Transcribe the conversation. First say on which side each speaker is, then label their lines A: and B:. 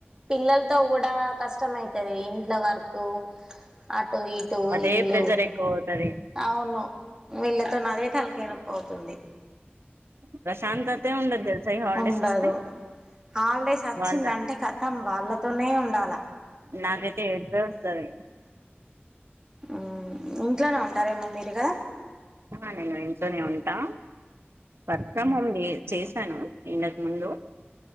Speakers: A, on the right; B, on the right.
A: పిల్లలతో కూడా కష్టమైతది ఇంట్లో వర్క్ అట్ అటు ఇటు
B: అదే
A: ఇలు
B: ప్రెజర్ ఎక్కువ అవుతది
A: అవును వీళ్ళతోని అదే తలకాయ నొప్పి పోతుంది
B: ప్రశాంతతే ఉండదు తెలుసా ఈ హాలిడేస్
A: ఉండదు
B: వస్తే
A: హాలిడేస్ వచ్చిందంటే
B: వాళ్ళ
A: కతం వాళ్ళతోనే ఉండాల
B: నాకైతే ఏడుపే వస్తది
A: ఆ ఇంట్లోనే ఉంటారేమో మీరీగా
B: ఆ నేను ఇంట్లోనే ఉంటా వర్క్ ఫ్రమ్ హోమ్ చే చేశాను ఇంతకు ముందు